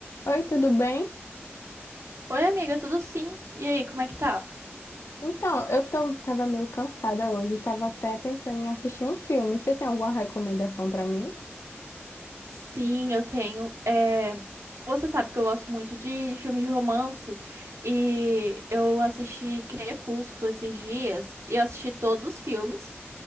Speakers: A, on the left; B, on the right.
A: Oi, tudo bem?
B: Oi, amiga, tudo sim? E aí, como é que tá?
A: Então, eu tô, tava meio cansada hoje, tava até pensando em assistir um filme. Você tem alguma recomendação pra mim?
B: Sim, eu tenho. É, Você sabe que eu gosto muito de, de filme de romance e eu assisti Crepúsculo esses dias e eu assisti todos os filmes